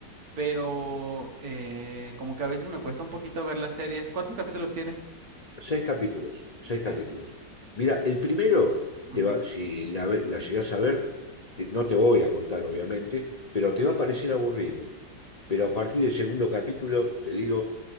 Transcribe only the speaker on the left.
Seis capítulos, seis
capítulos. Mira, el primero,
te va, si la, ve- la llegás a ver, te- no te voy a contar, obviamente, pero te va a parecer aburrido.
pero a partir del segundo capítulo, te digo,